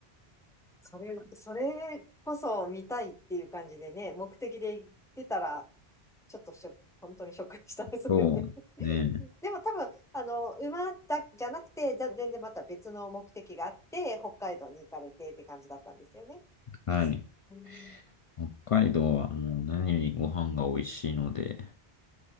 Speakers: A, in the centre; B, on the left.
A: それ、それこそ見たいっていう感じでね、目的で行ってたら、ちょっとショック、本当にショックでしたね、それで。
B: そうね。
A: <laughs> でも多分、あの、馬だ、じゃなくて、じゃ全然また別の目的があって、北海道に行かれてって感じだったんですよね。
B: はい。
A: うん
B: 北海道はもう何よりご飯が美味しいので、